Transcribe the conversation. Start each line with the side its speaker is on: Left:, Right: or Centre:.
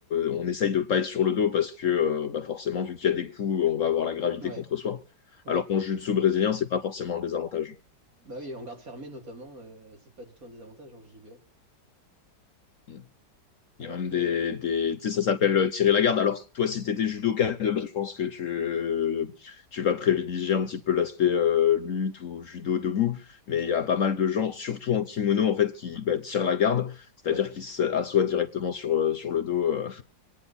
Left: on essaye de pas être sur le dos parce que, euh, bah, forcément, vu qu'il y a des coups, on va avoir la gravité
Right: ouais,
Left: contre soi.
Right: ouais.
Left: Alors qu'en jiu-jitsu brésilien, c'est pas forcément un désavantage.
Right: Bah oui, en garde fermée, notamment, euh, c'est pas du tout un désavantage en JJB.
Left: Mm.
Right: Alors
Left: Il y a même
Right: que,
Left: des, des tu sais, ça s'appelle euh, tirer la garde. Alors, toi, si tu étais judoka de base, je pense que tu, tu vas privilégier un petit peu l'aspect euh, lutte ou judo debout. Mais il
Right: ouais,
Left: y a pas mal de gens, surtout en kimono, en fait, qui bah, tirent la garde, c'est-à-dire
Right: ouais,
Left: qui s'assoient directement sur, euh, sur le dos. euh.